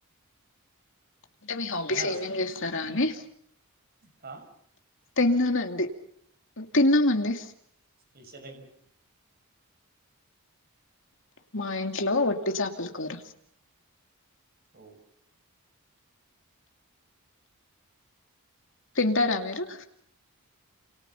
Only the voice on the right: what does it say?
తిన్నారా
హా
స్పెషల్ ఏ
ఓ